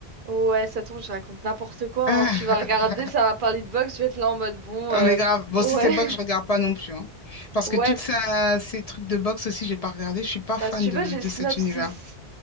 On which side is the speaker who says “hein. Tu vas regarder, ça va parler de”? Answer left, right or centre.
Right